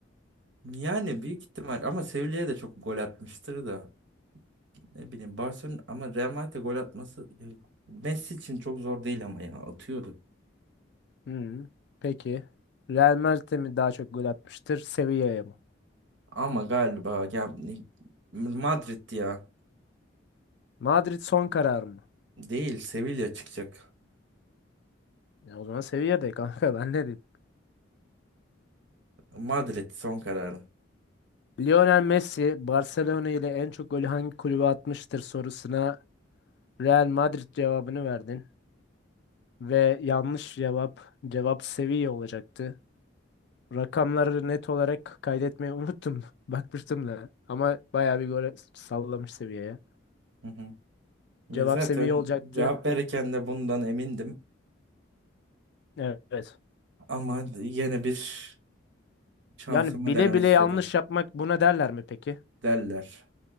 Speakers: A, on the right (about 70°); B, on the left (about 60°).
A: Yani büyük ihtimal ama Sevilla'ya da çok gol atmıştır da ne bileyim Barcelona ama Real Madrid'e gol atması ya Messi için çok zor değil ama ya atıyordu.
B: Hmm, peki. Real Madrid'e mi daha çok gol atmıştır? Sevilla'ya mı?
A: Ama galiba ya Madrid ya.
B: Madrid son karar mı?
A: Değil Sevilla çıkacak.
B: Ya o zaman Sevilla'da kanka ben ne diyeyim?
A: Madrid son kararım.
B: Lionel Messi Barcelona ile en çok golü hangi kulübe atmıştır sorusuna Real Madrid cevabını verdin ve yanlış cevap cevap seviye olacaktı. Rakamları net olarak kaydetmeyi unuttum. <laughs> Bakmıştım da ama bayağı bir gol sallamış seviyeye.
A: Hı hı. Ya
B: Cevap
A: zaten
B: seviye olacaktı.
A: cevap verirken de bundan emindim.
B: Evet.
A: Ama yine bir şansımı
B: Yani bile
A: denemek
B: bile
A: istedim.
B: yanlış yapmak buna derler mi peki?
A: Derler.